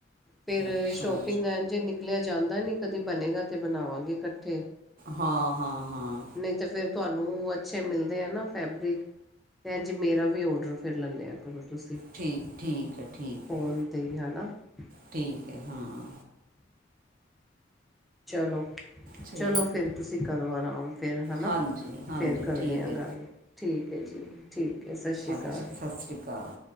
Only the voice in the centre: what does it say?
ਫੇਰ
ਸ਼ੋਪਿੰਗ ਏੰਜ ਏ ਨਿਕਲਿਆ ਜਾਂਦਾ ਨੀ ਕਦੀ ਬਨੇਗਾ ਤਾਂ ਬਨਾਵਾਂਗੇ ਕੱਠੇ।
ਨਹੀਂ ਤਾਂ ਫੇਰ ਤੁਹਾਨੂੰ ਅੱਛੇ ਮਿਲਦੇ ਏ ਨਾ ਫੈਬਰਿਕ ਅਤੇ ਇੰਝ ਮੇਰਾ ਵੀ ਔਡਰ ਫਿਰ ਲੈ ਲਿਆ ਕਰੋ ਤੁਸੀਂ
ਫੋਨ
ਤੇ ਹੈ ਨਾ <unintelligible>
ਚਲੋ
ਚਲੋ ਫਿਰ ਤੁਸੀਂ ਕਰੋ ਆਰਾਮ ਫਿਰ ਹਨਾ
ਫੇਰ ਕਰਦੇ
ਆ
ਗੱਲ। ਠੀਕ ਹੈ ਜੀ ਠੀਕ ਹੈ ਸਤਿ ਸ੍ਰੀ ਅਕਾਲ